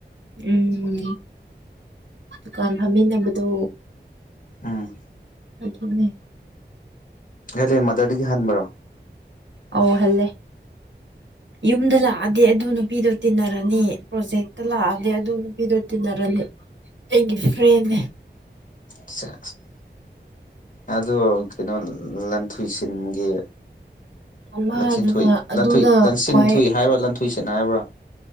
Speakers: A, on the right; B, on the left.
A: ꯎꯝ ꯗꯨꯀꯥꯟ ꯐꯝꯃꯤꯟꯅꯕꯗꯣ
B: ꯎꯝ
A: ꯑꯗꯨꯆ
B: ꯍꯂꯦ ꯃꯗꯔꯗꯒꯤ ꯍꯟꯕ꯭ꯔꯣ
A: ꯑꯧꯍꯜꯂꯦ ꯌꯨꯝꯗ ꯂꯥꯛꯑꯗꯤ ꯑꯗꯨꯅ ꯅꯨꯄꯤꯗꯨꯣ ꯇꯤꯟꯅꯔꯅꯤ ꯄ꯭ꯔꯣꯖꯦꯛꯇ ꯂꯥꯛꯑꯗꯤ ꯑꯗꯨ ꯅꯨꯄꯤꯗꯨꯣ ꯇꯤꯟꯅꯔꯅꯤ ꯍꯦꯒꯗ ꯐ꯭ꯔꯦꯅꯦꯦ
B: ꯑꯆꯥ ꯑꯗꯨ ꯀꯩꯅꯣ ꯂꯟꯊꯣꯏ ꯁꯤꯟꯒꯤ
A: ꯃꯃꯥꯗꯨꯅ
B: ꯂꯟꯆꯟꯊꯣꯏ
A: ꯑꯗꯨꯅ
B: ꯂꯟꯊꯣꯏ ꯂꯟꯁꯤꯟꯊꯨꯏ
A: ꯈ꯭ꯋꯥꯏ
B: ꯍꯥꯏꯕ꯭ꯔꯥ ꯂꯟꯊꯣꯏ ꯁꯤꯠ ꯍꯥꯏꯕ꯭ꯔꯥ